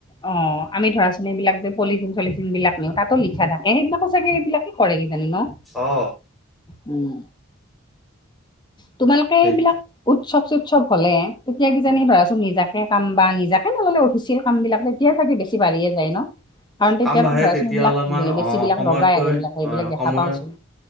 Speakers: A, on the left; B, in the centre.
A: অ আমি ধৰাচোন এইবিলাক যে পলিথিন-চলিথিন বিলাক নিও তাতো লিখা থাকে সেইবিলাকো চাগে সেইবিলাক কৰে কিজানি ন?
B: অ।
A: উম। তোমালোকে
B: সেই
A: এইবিলাক উৎসৱ-চুৎসৱ হ'লে তেতিয়া কিজানি ধৰাচোন নিজাকে কাম বা নিজাক সে নহ'লে অফিচিয়েল কামবিলাক তেতিয়া চাগে বেছি বাঢ়িয়ে যায় ন? কাৰণ তেতিয়া
B: কাম বাঢ়ে
A: ধৰা
B: তেতিয়া
A: চোনবিলাক
B: অলপমান
A: বেছিবিলাক
B: অ' সময়তকৈ
A: লগাই আৰু এইবিলাক সেইবিলাক
B: অ'
A: দেখা
B: সময়
A: পাওচোন